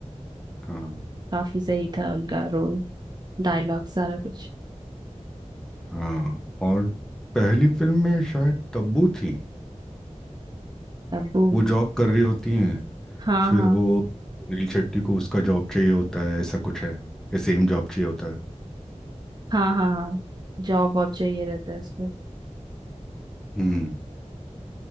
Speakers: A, in the centre; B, on the right.
A: हाँ
B: काफी सही था उनका रोल डायलॉग सारा कुछ
A: हाँ और पहली फिल्म में शायद तब्बू थी
B: तब्बू
A: वो जॉब कर रही होती हैं
B: हाँ
A: फिर
B: हाँ
A: वो अनिल शेट्टी को उसका जॉब चाहिए होता है ऐसा कुछ है या सेम जॉब चाहिए होता है
B: हाँ हाँ हाँ जॉब वॉब चाहिए रहता है उसको
A: हम्म